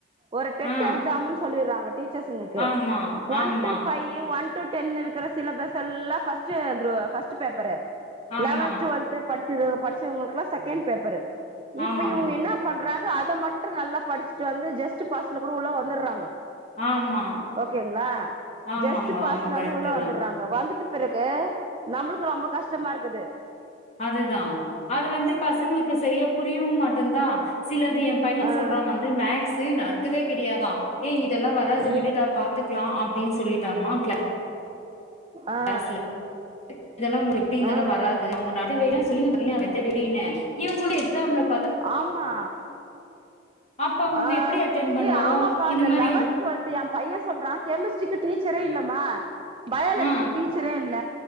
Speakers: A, on the right; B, on the left.
A: ஒரு டெட்
B: ஆ
A: எக்ஸாம்ன்னு சொல்லிறாங்க டீச்சர்ஸ்ங்களுக்கு
B: ஆமா
A: ஒன்
B: ஆமா
A: டூ ஃபைவ் ஒன் டூ டென் இருக்குற சிலபஸ் எல்லா ஃபஷ்ட் க்ரே ஃபஷ்ட் பேப்பரு
B: ஆமா
A: லவன்த் டுவள்த் ப ச படிச்சவங்களுக்குலா செகண்ட் பேப்பரு இப்ப
B: ஆமாங்க
A: இவங்க என்ன பண்றாங்க அ அத மட்டு நல்லா படிச்சுட்டு வந்து ஜஸ்ட் பாஸ்ல கூட உள்ள வந்துறாங்க
B: ஆமா
A: ஓகேங்களா
B: ஆமாங்க
A: ஜஸ்ட் பாஸ்ல
B: ஆமா கரெக்ட்டு
A: வந்து உள்ள வந்துறாங்க
B: தா
A: வந்துட் க்குபிறகு நம்மளுக்கு ரொம்ப கஷ்டமாருக் குது
B: அதேதா அது வந்து பசங்களுக்கு சரியா புரியவு மாட் ந்தா சிலது ஏ பைய
A: ஆ ஆ
B: சொல்றா வந்து மேக்ஸ் சி நடத்தவே கெடயாதா ஏய் இதெல்லா வராது
A: ம்
B: விடுடா பாத்துக் லா அப்டின்னு சொல்லிட்டாங்களா க்ளா
A: ஆ
B: ளாஸ்ல இதெல்லா எப்டி இருந்தாலு
A: ஆ
B: வராது
A: ஆ
B: அவங்க <unintelligible> <unintelligible> இவங்களு எக்ஸாம்ல போய்
A: ஆமா
B: அப்ப அவங்க
A: அ
B: எப்டி அட்டென் பண்ணுவாவோ
A: ஏ ஆமாப்பா அந்த
B: இந்த மாரி
A: லெவன்த் டுவெல்த் ஏ பைய சொல்றா கெமிஸ்ட்ரிக்கு டீச்சரே இல்லமா பயாலஜிக்கு
B: ஆ
A: டீச்சரே இல்ல